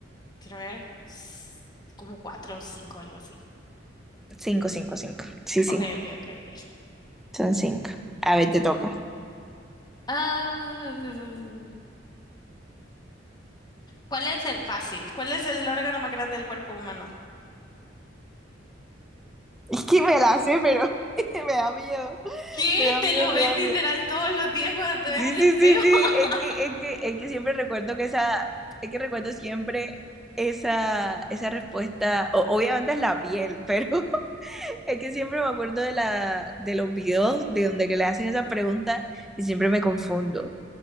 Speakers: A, on the left (about 20°); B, in the centre.
A: quiero ver, s- como cuatro o cinco, algo así.
B: Cinco, cinco, cinco. Sí, sí,
A: Ok, ok, ok, ok.
B: son cinco. A ver, te toca. <laughs>
A: Ah, ¿Cuál es el fácil? ¿Cuál es el órgano más grande del cuerpo humano?
B: Es que me la sé, pero <laughs> me da miedo,
A: ¿Qué?
B: me da
A: Te
B: miedo,
A: lo
B: me
A: ves
B: da
A: literal
B: miedo.
A: todos los días cuando te
B: Sí,
A: ves al espejo.
B: sí, sí, sí,
A: <laughs>
B: es que, es que, es que siempre recuerdo que esa, es que recuerdo siempre esa, esa respuesta, o- obviamente es la piel, pero <laughs> es que siempre me acuerdo de la, de los videos de donde que le hacen esa pregunta y siempre me confundo.